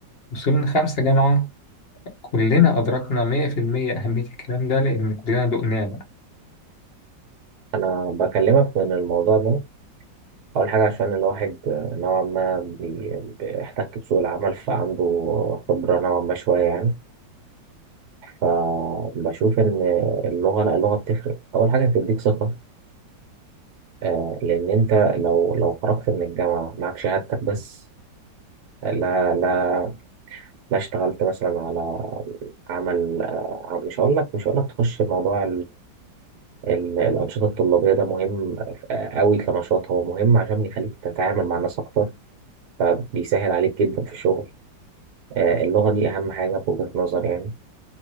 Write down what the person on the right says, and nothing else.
أنا بكلمك من الموضوع ده أول حاجة عشان الواحد آه، نوعا ما بي- بيحتك بسوق العمل فعنده خبرة نوعا ما شوية يعني فبشوف إن اللغة لا اللغة بتفرق أول حاجة بتديك ثقة آه، لأن أنت لو لو خرجت من الجامعة معاك شهادتك بس لا لا لا اشتغلت مثلا على عمل آه، مش هقول لك مش هقول لك تخش موضوع ال- الأنشطة الطلابية ده مهم أوي كنشاط هو مهم عشان بيخليك تتعامل مع الناس أكتر فبيسهل عليك جدا في الشغل آه، اللغة دي أهم حاجة في وجهة نظري يعني